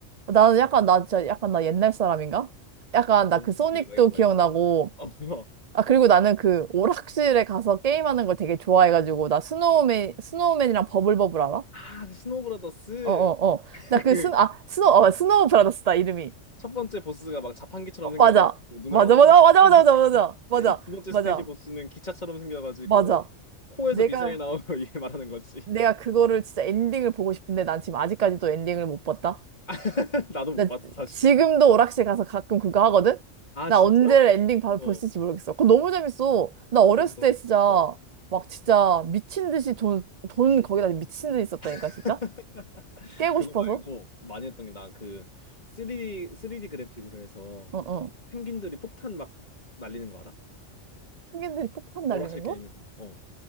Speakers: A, on the right; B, on the left.
A: 나는 약간, 나 진짜 약간 나 옛날 사람인가? 약간 나
B: 번즈
A: 그 소닉도
B: 막 이런
A: 기억나고,
B: 거 있어? 어, 뭐.
A: 아, 그리고 나는 그 오락실에 가서 게임하는 걸 되게 좋아해가지고, 나 스노우맨, 스노우맨이랑 버블버블 알아?
B: 아, 그 스노우브라더스
A: 어 어 어.
B: <laughs>
A: 나 그
B: 그
A: 스, 아, 스노 어, 스노우 브라더스다, 이름이.
B: 첫 번째 보스가 막 자판기처럼
A: 어,
B: 생겨가지고
A: 맞아.
B: 눈알
A: 맞아,
B: 엄청
A: 맞아, 맞아,
B: 크게
A: 맞아,
B: 생기고
A: 맞아, 맞아,
B: <laughs> 두 번째
A: 맞아, 맞아,
B: 스테이지 보스는 기차처럼 생겨가지고
A: 맞아.
B: 코에서
A: 내가,
B: 미사일 나오고 <laughs> 얘 말하는 거지.
A: 내가 그거를 진짜 엔딩을 보고 싶은데 난 지금 아직까지도 엔딩을 못 봤다.
B: <laughs> 나도 못
A: 나
B: 봤어 사실.
A: 지금도 오락실 가서 가끔 그거 하거든?
B: 아
A: 나
B: 진짜?
A: 언제 엔딩 봐볼수
B: 어
A: 있을지 모르겠어. 그거 너무 재밌어. 나 어렸을
B: 그거
A: 때 진짜
B: 어
A: 막 진짜 미친 듯이 돈, 돈 거기다 미친 듯이 썼다니까,
B: <laughs>
A: 진짜? 깨고
B: 그거
A: 싶어서?
B: 말고 많이 했던 게 나 그 3D 3D 그래픽으로 해서
A: 응, 응.
B: 펭귄들이 폭탄 막 날리는 거 알아?
A: 펭귄들이 폭탄
B: 오락실
A: 날리는 거?
B: 게임에서. 어